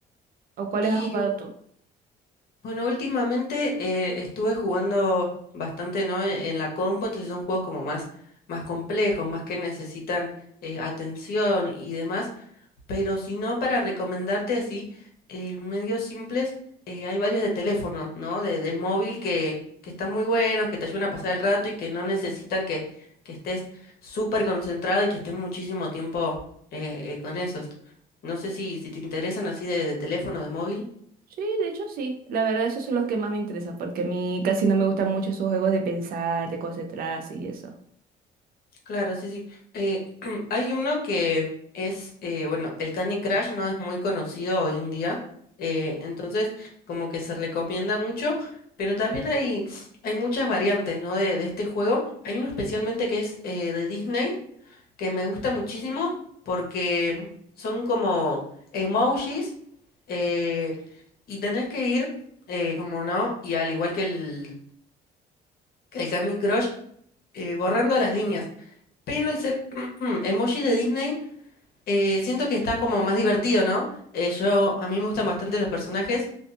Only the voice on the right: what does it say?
¿O cuáles
has jugado tú?
Sí, de hecho sí. La verdad, esos son los que más me interesan, porque a mí casi no me gustan mucho esos juegos de pensar, de concentrarse y eso.